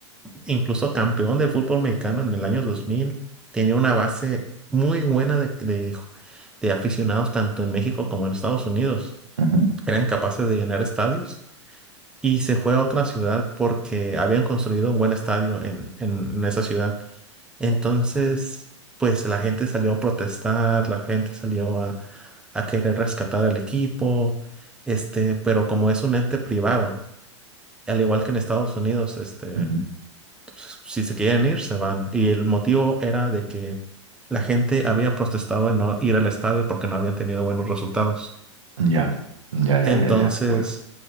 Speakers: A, in the centre; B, on the right.
A: incluso campeón de fútbol mexicano en el año 2000, tenía una base muy buena de, de- de aficionados tanto en México como en Estados Unidos.
B: ujú,
A: Eran capaces de llenar estadios y se fue a otra ciudad porque habían construido un buen estadio en, en- en esa ciudad. Entonces, pues la gente salió a protestar, la gente salió a, a querer rescatar el equipo, este, pero como es un ente privado, al igual que en Estados Unidos, este
B: ujú.
A: pues, si se quieren ir, se van. Y el motivo era de que la gente había protestado de no ir al estadio porque no habían tenido buenos resultados.
B: Ya, ya, ya,
A: Entonces,
B: ya, ya. Bueno.